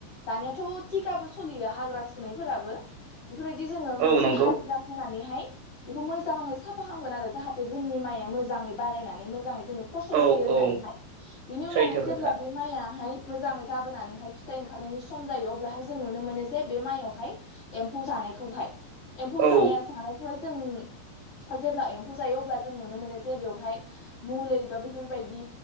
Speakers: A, on the left (about 55°); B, on the right (about 60°).
A: दानियाथ' थटिकाबो सोलियो हाग्रा फुनायफोराबो बेफोरबायदि जोङो मोनसे
B: औ नंगौ
A: हा हुरिरा होनानैहाय बेखौ मोजाङै साफा खालामामगोन आरो जाहाथे जोंनि माइआ मोजाङै बारायनानै मोजाङै जों फसल
B: औ
A: होयो होननानैहाय
B: औ
A: बिनि उनावहाय
B: सैथो खोथा
A: जेब्ला बे माइआाहाय मोजाङै जाबोनानैहाय फिथाइ ओंखारनायनि सम जायो अब्लाहाय जों नुनो मोनो जे बे माइआवहाय एम्फौ जानायखौहाय एम्फौ
B: औ
A: जाया जानायखौहाय जोंनि जेब्ला एम्फौ जायो अब्ला जों नुनो मोनो जे बेवहाय मलै बा बेफोरबायदि